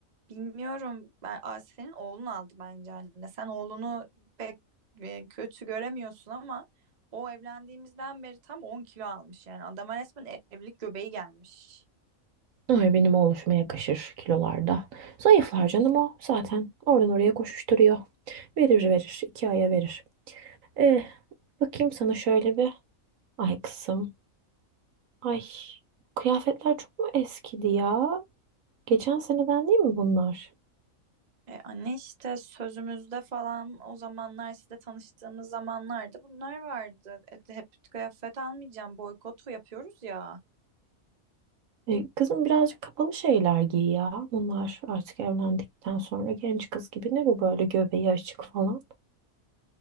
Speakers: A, on the right; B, on the right.
A: Bilmiyorum. Ben Asiye'nin oğlunu aldı bence anne. Sen oğlunu pek e, kötü göremiyorsun ama o evlendiğimizden beri tam 10 kilo almış. Yani adama resmen ev- evlilik göbeği gelmiş.
B: Ay benim oluşuma yakışır kilolarda. Zayıflar canım o zaten. Oradan oraya koşuşturuyor. Verir verir. iki aya verir. Eh, bakayım sana şöyle bir. Ay kızım. Ay kıyafetler çok mu eskidi ya? Geçen seneden değil mi bunlar?
A: E, anne işte sözümüzde falan o zamanlar işte tanıştığımız zamanlarda bunlar vardı. E, hep kıyafet almayacağım boykotu yapıyoruz ya.
B: E, kızım birazcık kapalı şeyler giy ya. Bunlar artık evlendikten sonra genç kız gibi ne bu böyle göbeği açık falan.